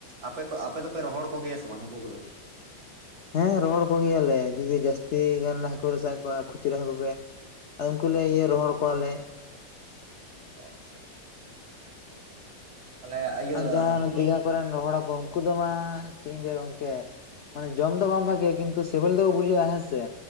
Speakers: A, on the right; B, on the left.
A: ᱟᱯᱮ ᱠᱚ ᱟᱯᱮ ᱫᱚ ᱯᱮ ᱨᱚᱦᱚᱲ ᱠᱚ ᱜᱮᱭᱟ ᱥᱮ ᱵᱟᱝ ᱦᱟᱠᱩ ᱠᱩ ᱫᱚ?
B: ᱦᱮᱸ ᱨᱚᱲ ᱠᱚ ᱜᱮᱭᱟ ᱞᱮ ᱡᱩᱫᱤ ᱡᱟᱹᱥᱛᱤ ᱜᱟᱱ ᱞᱮ ᱦᱟᱠᱩ ᱞᱮ ᱥᱟᱵ ᱠᱚᱣᱟ ᱠᱷᱩᱪᱨᱟᱹ ᱦᱟᱸᱠᱩ ᱜᱮ᱾ ᱟᱨ ᱩᱱᱠᱩ ᱞᱮ ᱤᱭᱟᱹ ᱨᱚᱦᱚᱲ ᱠᱚᱣᱟᱞᱮ᱾
A: ᱚ ᱟᱪᱪᱷᱟ᱾ ᱛᱟᱦᱚᱞᱮ ᱤᱭᱟᱹ
B: ᱟᱨ ᱡᱟᱦᱟᱸ
A: ᱦᱟᱹᱠᱩ
B: ᱱᱟᱹᱫᱤᱜᱷᱟ
A: ᱫᱚ
B: ᱠᱚᱨᱮᱱ ᱨᱚᱦᱚᱲ ᱦᱟᱹᱠᱚ ᱩᱝᱠᱩ ᱫᱚ ᱢᱟ ᱪᱮᱜ ᱤᱧ ᱞᱟᱹᱭᱟ ᱜᱚᱝᱠᱮ ᱢᱟᱱᱮ ᱡᱚᱢ ᱫᱚ ᱵᱟᱝ ᱵᱷᱟᱜᱮᱭᱟ ᱠᱤᱱᱛᱩ ᱥᱤᱵᱤᱞ ᱫᱚ ᱵᱩᱡᱷᱟᱹᱜ-ᱟ ᱦᱮᱸ ᱥᱮ᱾